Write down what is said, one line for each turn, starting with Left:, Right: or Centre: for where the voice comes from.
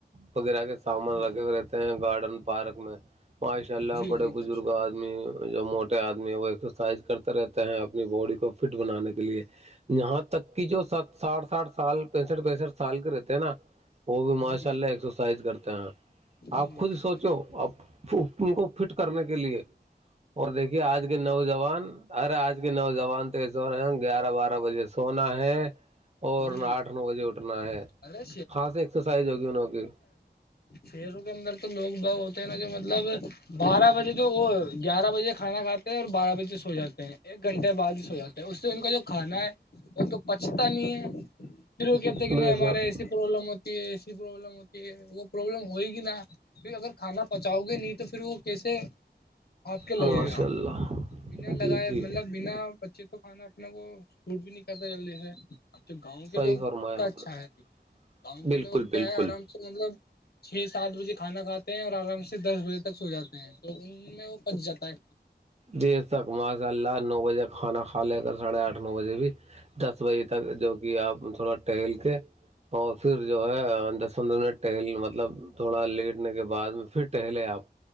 Right: وغیرہ کے سامان
Left: جی
Right: رکھے رہتے ہیں گارڈن پارک میں ماشاء اللہ
Left: جی
Right: بڑے
Left: جی جی
Right: بزرگ
Left: درشن
Right: آ آد جو موٹے آدمی ہیں وہ ایکسرسائز کرتے رہتے ہیں اپنی باڈی کو فٹ بنانے کے لیے یہاں تک کہ جو س سٹھ ساٹھ سال پینسٹھ پینسٹھ سال کے رہتے ہیں نا وہ بھی ماشاء
Left: جی
Right: اللہ ایکسرسائز کرتے ہیں
Left: جی
Right: آپ خود
Left: جی
Right: سوچو
Left: درشن
Right: اب ان کو فٹ کرنے کے لیے اور دیکھیے آج کے نوجوان ارے آج کے نوجوان تو سے ہو رہے ہیں گیارہ بارہ بجے سونا ہے اور
Left: جی
Right: آٹھ نو بجے اٹھنا ہے
Left: ارے
Right: خاص ایکسرسائز ہوگی انہوں کی
Left: پیروں کے اندر تو لوگ ب ہوتے ہیں نا جو مطلب بارہ بجے تو وہ گیارہ بجے کھانا کھاتے اور بارہ بجے سو جاتے ہیں ایک گھنٹے بعد ہی سو جاتے ہیں اس سے ان کا جوھانا ہے وہ تو پچتا نہیں ہے پھر وہ کہتے کہ نہیں
Right: بے
Left: ہمارے
Right: شک
Left: ایسی پروبلم ہوتی ہے ایسی پرابلم ہوتی ہے وہ پروابلم ہوئی کہ نا پھر اگر کھانا پچاؤ گے نہیں تو پھر وہ کیسے آپ کے لگے
Right: ماشاء
Left: گا
Right: اللہ
Left: ب لگائے
Right: جی جی
Left: مطلب بنا بچے تو کھانا اپنا کو فوٹ بھی نہیں کرتا جلدی سے اب تو گاؤں کے
Right: صحیح
Left: لوگ
Right: فرمایا
Left: کا
Right: آپ
Left: اچھا
Right: نے
Left: ہے گاؤں
Right: بالکل
Left: کے لوگ
Right: بالکل
Left: کیا ہے آرام سے مطلب چھ سات بجے کھانا کھاتے ہیں اور آرام سے دس بجے تک سو جاتے ہیں تو ان میں وہ پچ جاتا ہے
Right: دیر تک ماشاء اللہ نو بجے کھانا کھا لے کر ساڑھے آٹھ نو بجے بھی دس بجے تک جو کہ آپ تھوڑا ٹہل کے اور پھر جو ہے دس پندرہ منٹ ٹہل مطلب تھوڑا لیٹنے کے بعد میں پھر ٹہلے آپ